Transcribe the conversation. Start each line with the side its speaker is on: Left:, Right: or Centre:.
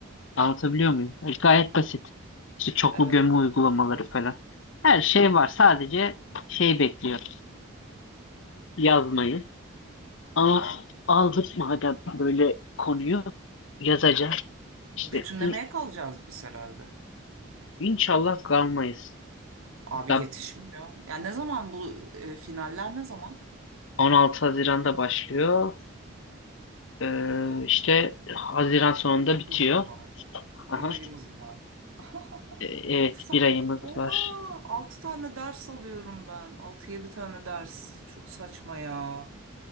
Left: Anlatabiliyor muyum? E, Gayet basit. İşte çoklu
Right: Evet.
Left: gömü uygulamaları falan. Her şey var. Sadece şey bekliyor. Yazmayı. Ama aldık madem böyle konuyu yazacağız. İşte
Right: Bütünlemeye
Left: in-
Right: kalacağız biz herhalde.
Left: inşallah kalmayız.
Right: Abi
Left: Da
Right: yetişmiyor. Ya ne zaman bu e, finaller ne zaman?
Left: 16 Haziran'da başlıyor. Ee, işte Haziran sonunda
Right: Bir ayımız
Left: bitiyor.
Right: mı var?
Left: Aha.
Right: Bir ayımız var. <laughs>
Left: E, Evet, bir ayımız
Right: Oha!
Left: var.
Right: altı tane ders alıyorum ben. Altı yedi tane ders. Çok saçma ya.